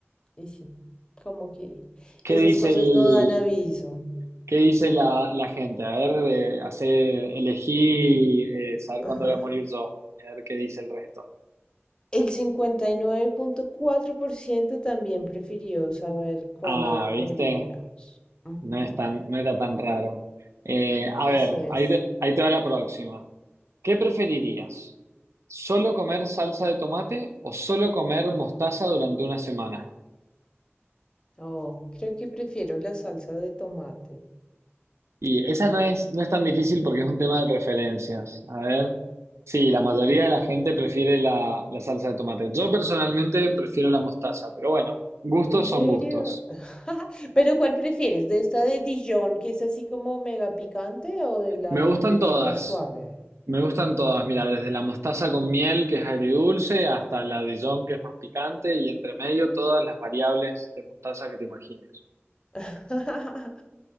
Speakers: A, on the left (about 20°); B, on the right (about 85°).
A: y sí, como que
B: ¿Qué
A: esas
B: dice
A: cosas
B: el,
A: no dan aviso.
B: qué dice la, la gente? A ver, eh, hacer, elegí eh, saber
A: <laughs>
B: cuándo voy a morir yo. A ver qué dice el resto.
A: El cincuenta y nueve punto cuatro por ciento también prefirió saber cuándo
B: Ah, ¿viste?
A: moriremos. Ujú,
B: No es tan, no era tan raro. Eh, a
A: Así
B: ver,
A: es.
B: ahí te, ahí te va la próxima. ¿Qué preferirías? ¿Solo comer salsa de tomate o solo comer mostaza durante una semana?
A: Oh, creo que prefiero la salsa de tomate. <clears throat>
B: Y esa no es, no es tan difícil porque es un tema de preferencias. A ver, sí, la mayoría
A: Mm,
B: de
A: ujú.
B: la gente prefiere la, la salsa de tomate. Yo personalmente prefiero la mostaza, pero bueno, gustos
A: ¿En serio?
B: son gustos.
A: <laughs> Pero ¿cuál prefieres? ¿De esta de Dijon que es así como mega picante o de la
B: Me gustan
A: que
B: todas.
A: es más suave?
B: Me gustan todas,
A: Wow.
B: mira, desde la mostaza con miel, que es agridulce, hasta la Dijon, que es más picante, y entre medio todas las variables de mostaza que te imagines.
A: <laughs>